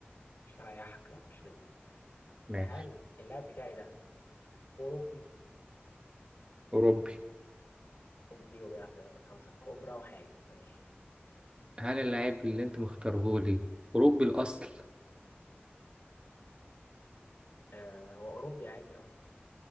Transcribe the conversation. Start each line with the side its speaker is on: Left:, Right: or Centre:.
Left: مش هريحك لا مش لاتيني
Right: ماشي
Left: هل اللاعب بتاعي ده اوروبي
Right: اوروبي
Left: أوروبي وبيلعب في في الخمسة الكبرى وحالي ماشي
Right: هل اللعيب اللي انت مختاره لي اوروبي الاصل؟
Left: آه هو أوروبي عادي اه